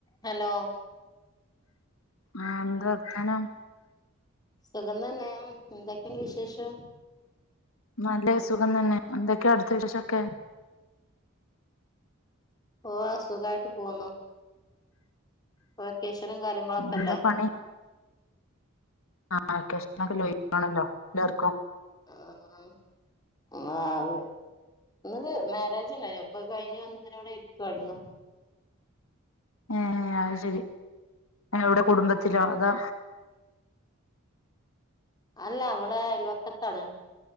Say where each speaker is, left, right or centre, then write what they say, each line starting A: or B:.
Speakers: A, on the left; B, on the left.
A: Hello
B: ആഹ് എന്താ വർത്താനം
A: സുഖം തന്നെ എന്തൊക്കെ ഇണ്ട് വിശേഷം?
B: നല്ല സുഖം തന്നെ, എന്തൊക്കെയാ അവിടുത്ത വിശേഷൊക്കെ?
A: ഓ സുഖായിട്ട് പോവുന്നു ഇപ്പൊ വെക്കേഷനും കാര്യങ്ങളൊക്കെല്ലേ?
B: എന്താ പണി ആഹ് വെക്കേഷനൊക്കെ <unintelligible> ആണല്ലോ എല്ലാവർക്കും
A: ഏഹ് ആഹ് അതെ ഇന്നൊരു മാരേജ് ഇണ്ടായിനു, ഇപ്പൊ കഴിഞ്ഞ് വന്നിങ്ങനെ ഇവടെ ഇരിക്കുവാരുന്നു.
B: ഏഹ് അത് ശെരി എവിടെ കുടുംബത്തിലോ അതോ
A: അല്ല അവടെ അയൽവക്കത്താണ്